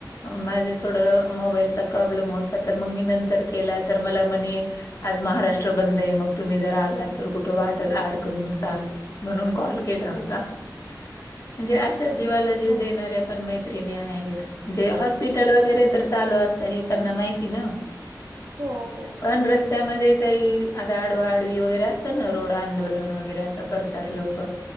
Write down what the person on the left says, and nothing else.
माझं थोडं मोबाईलचा प्रॉब्लेम होता तर मग मी नंतर केला तर मला म्हणे आज महाराष्ट्र बंद आहे, मग तुम्ही जर आलात तर कुठं वाटत आडकून बसाल. म्हणून कॉल केला होता, म्हणजे अशा जीवाला जीव
देणाऱ्या पण मैत्रिणी आहेत, जे म्हणजे हॉस्पिटल वगैरे तर चालू असते, हे त्यांना माहिती न
पण रस त्या मध्ये काही आता आडवाडवी वगैरे असतं न रोड आंदोलन वगैरे असं करतात लोक.